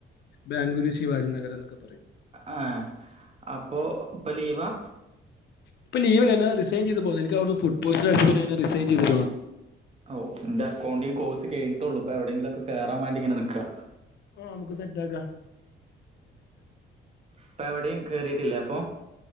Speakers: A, on the left; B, on the right.
A: ബാംഗ്ലൂ ശാജനഗര എന്നക്കെ
B: ആഹ് അപ്പൊ ഇപ്പൊ ലീവാ
A: ഇപ്പ ലീവല്ലാ റിസൈൻ ചെയ് പോന്ന് എനിക്കവിടുന്ന് ഫുഡ് പോയ്സൻ അടിച്ചപ്പോ റിസൈൻ ചെയ്ത്
B: ഓ എന്റെ അക്കൗണ്ടിങ്ങ് കോഴ്സ് കഴിഞ്ഞിട്ടുള്ളൂ ഇപ്പ എവിടേങ്കിലുമൊക്കെ കേറാൻ വേണ്ടി ഇങ്ങനെ നിക്കാ
A: ആ നമുക്ക് സെറ്റാക്കാ
B: ഇപ്പ എവടേം കേറീട്ടില്ലേ അപ്പൊ